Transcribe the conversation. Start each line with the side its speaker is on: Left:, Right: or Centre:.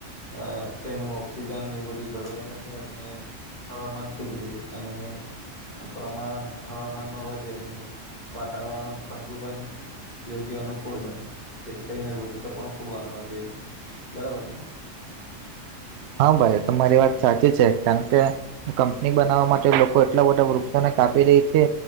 Left: અ તેનું ઓક્સિજન એ બધું જળવાઈ રહે અને હવામાન સુધરે અને પ્રમાણ હવામાનમાં વ તેને વાતાવરણ ઠંડુ બને. યોગ્ય અનુકૂળ બને જેથી કરીને વૃક્ષો પણ ખૂબ વાવા જોઈએ. બરાબર ને?
Right: <inaudible> હા ભાઈ તમારી વાત સાચી છે. કારણ કે કંપની બનાવવા માટે લોકો એટલા બધા વૃક્ષોને કાપી રહી છે